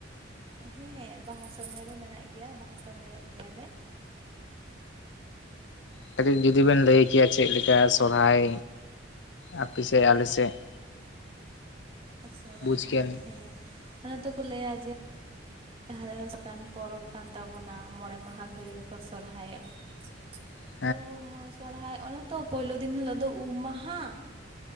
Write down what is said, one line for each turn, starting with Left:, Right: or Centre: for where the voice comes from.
Right: ᱦᱮᱸ ᱵᱟᱦᱟ ᱥᱚᱨᱦᱟᱭ ᱫᱚ ᱢᱮᱱᱟᱜ ᱜᱮᱭᱟ, ᱵᱟᱦᱟ ᱥᱚᱨᱦᱟᱭᱚᱜ ᱜᱮᱭᱟᱞᱮ ᱾
Left: ᱠᱟᱹᱴᱤᱡ ᱡᱩᱫᱤ ᱵᱮᱱ ᱞᱟᱹᱭ ᱠᱮᱭᱟ, ᱪᱮᱫ ᱞᱮᱠᱟ ᱥᱚᱨᱦᱟᱭ? ᱟᱯᱮ ᱥᱮᱫ, ᱟᱞᱮ ᱥᱮᱫ ᱾
Right: ᱥᱚᱨᱦᱟᱭ
Left: ᱵᱩᱡᱽ ᱠᱮᱭᱟᱞᱤᱧ
Right: ᱦᱮᱸ, ᱚᱱᱟ ᱛᱮᱠᱚ ᱞᱟᱹᱭᱟ ᱡᱮ ᱡᱟᱦᱟᱸᱠ <unintelligible> ᱯᱚᱨᱚᱵᱽ ᱠᱟᱱ ᱛᱟᱵᱚᱱᱟ ᱢᱚᱬᱮ ᱢᱟᱦᱟ ᱫᱷᱟᱹᱨᱭᱟᱹ ᱠᱚ ᱥᱚᱨᱦᱟᱭᱚᱜᱼᱟ ᱾
Left: <inaudible>
Right: ᱛᱚ ᱥᱚᱨᱦᱟᱭ ᱚᱱᱮ ᱛᱚ ᱯᱳᱭᱞᱳ ᱫᱤᱱ ᱦᱤᱞᱳᱜ ᱫᱚ ᱩᱢ ᱢᱟᱦᱟ ᱾